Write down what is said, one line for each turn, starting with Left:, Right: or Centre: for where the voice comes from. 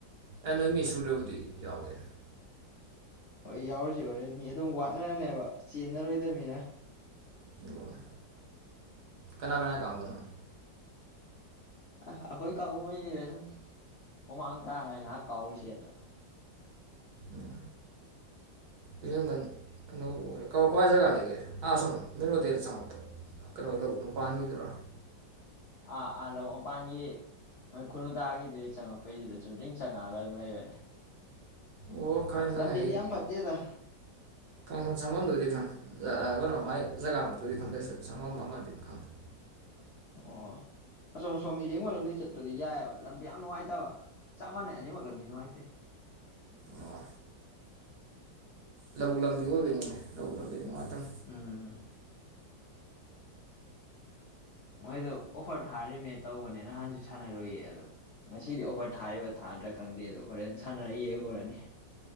Right: ꯑꯦ ꯅꯣꯏ ꯃꯤ ꯁꯨꯗꯔꯕꯨꯗꯤ ꯌꯥꯎꯒꯦꯅꯦ꯫
Left: ꯍꯣꯏ ꯑꯩ ꯌꯥꯎꯔꯁꯤ ꯍꯣꯔꯦꯟ ꯃꯤ ꯑꯗꯨꯝ ꯋꯥꯠꯅꯔꯅꯦꯕ ꯆꯦꯟꯅꯔꯣꯏꯗꯕꯅꯤꯅ꯫
Right: ꯑꯣ ꯀꯅꯥ ꯀꯅꯥ ꯀꯥꯡꯕꯨꯅꯣ꯫
Left: ꯑ ꯑꯩꯈꯣꯏ ꯀꯥꯡꯕꯨꯃꯩꯁꯤꯅ ꯁꯨꯝ ꯍꯨꯃꯥꯡ ꯇꯥꯉꯥꯏ ꯉꯥꯏꯍꯥꯛ ꯀꯥꯎꯔꯨꯁꯦꯅ꯫
Right: ꯑꯣ꯫ ꯏꯔꯦꯡꯕꯟ ꯑꯅꯧꯕꯔ ꯑꯣꯏꯔꯦ ꯀꯋꯥꯏ ꯀꯋꯥꯥꯏ ꯖꯒꯥꯗ ꯂꯩꯒꯦ ꯑꯥ ꯁꯣꯝ ꯃꯦꯟꯔꯥꯑꯣꯗ ꯇꯥꯒꯤ ꯆꯪꯉꯛꯄꯣ꯫ ꯀꯩꯅꯣ ꯂꯧꯗ ꯃꯄꯥꯟꯒꯤꯗꯨꯔꯣ꯫
Left: ꯑ ꯑꯂꯣ ꯄꯒꯤ ꯃꯣꯏ ꯈꯨꯅꯨꯇꯥꯒꯤꯗꯨꯗ ꯆꯪꯉꯛꯄꯩꯁꯤꯗ ꯆꯨꯝꯇ꯭ꯔꯤꯡ ꯆꯪꯉꯛꯑꯒ ꯑꯗꯨꯝ ꯂꯩꯕꯅꯦ꯫
Right: ꯑꯣ ꯈꯪꯉꯦ
Left: ꯑꯁ ꯂꯝꯕꯤꯗꯤ
Right: ꯈꯪꯉꯦ ꯑꯩ꯫
Left: ꯌꯥꯝ ꯐꯠꯇꯦꯗ
Right: ꯈꯪ ꯆꯪꯕꯝꯗꯨꯗꯤ ꯈꯪꯏ ꯀꯩꯅꯣ ꯃꯥꯏ ꯖꯒꯥꯃꯛꯇꯨꯗꯤ ꯈꯪꯗ꯭ꯔꯥꯁꯨ ꯆꯪꯕꯝ ꯑꯃꯗꯤ ꯈꯪꯉꯦ꯫
Left: ꯑꯣ ꯑꯁꯣꯝ ꯁꯣꯝ ꯏꯔꯦꯡꯕꯟꯂꯣꯝꯗꯩꯩ ꯆꯠꯄꯗꯤ ꯌꯥꯏꯑꯦꯕ ꯂꯝꯕꯤ ꯌꯥꯝ ꯅꯨꯡꯉꯥꯏꯇꯕ ꯆꯞ ꯃꯥꯟꯅꯩ ꯑꯅꯤꯃꯛ ꯂꯝꯗꯤ ꯅꯨꯡꯉꯥꯏꯇꯦ꯫
Right: ꯑꯣ ꯂꯧꯕꯨꯛ ꯂꯝꯕꯤ ꯑꯣꯏꯕꯅꯤꯅꯦ ꯂꯧꯕꯨꯛ ꯂꯝꯕꯤꯗ ꯅꯨꯡꯉꯥꯏꯇꯝ꯫
Left: ꯎꯝ꯫ ꯃꯣꯏꯗꯨ ꯑꯣꯐꯔ ꯊꯥꯔꯤꯃꯦ ꯇꯧꯕꯅꯦ ꯅꯍꯥꯟꯁꯨ ꯁꯥꯟꯅꯔꯨꯏꯌꯦ ꯑꯗꯨ꯫ ꯉꯁꯤꯗꯤ ꯑꯣꯐꯔ ꯊꯥꯔꯤꯕ ꯊꯥꯗ꯭ꯔꯥ ꯈꯪꯗꯦ ꯑꯗꯣ ꯍꯣꯔꯦꯟ ꯁꯥꯟꯅꯔ ꯌꯦꯡꯉꯨꯔꯅꯤ꯫